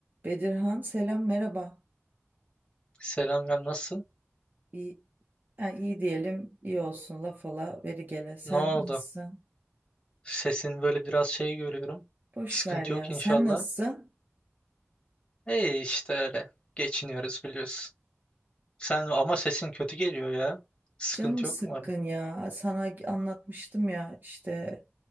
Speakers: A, on the right (about 40°); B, on the left (about 20°).
A: Bedirhan selam merhaba.
B: Selam Rem nasılsın?
A: İyi, ha, iyi diyelim iyi olsun laf ala veri gele. Sen
B: Ne oldu?
A: nasılsın?
B: Sesin böyle biraz şey görüyorum.
A: Boş
B: Sıkıntı
A: ver ya.
B: yok inşallah.
A: Sen nasılsın?
B: İyi işte öyle. Geçiniyoruz biliyorsun. Sen ama sesin kötü geliyor ya. Sıkıntı
A: Canım sıkkın
B: yok umarım.
A: ya. Sana anlatmıştım ya işte